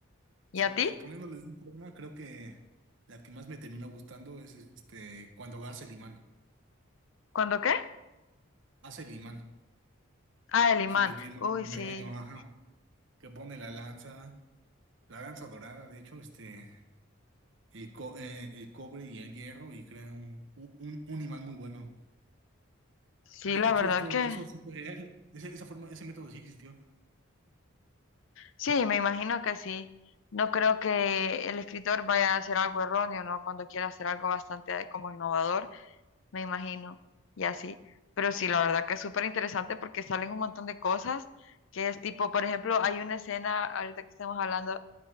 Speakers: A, on the right; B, on the left.
A: Sí,
B: ¿Y a ti?
A: ya poniéndole de esa forma, creo que la que más me terminó gustando es este cuando hace el imán,
B: ¿Cuándo qué?
A: hace el imán,
B: Ah, el imán.
A: su electroimán,
B: Uy,
A: el
B: sí,
A: gallo, ajá, que pone la lanza, la lanza dorada, de hecho, este. el, co- eh, el cobre y el hierro y crea un, un, un- un imán muy bueno.
B: sí,
A: De
B: la
A: hecho,
B: verdad
A: eso,
B: que
A: eso es súper real. Ese- esa forma, ese método sí existió.
B: sí, me imagino que sí. No creo que el escritor vaya a hacer algo erróneo, ¿no? Cuando quiera hacer algo bastante como innovador, me imagino, y así. Pero sí, la verdad que es súper interesante porque salen un montón de cosas que es tipo, por ejemplo, hay una escena, ahorita que estamos hablando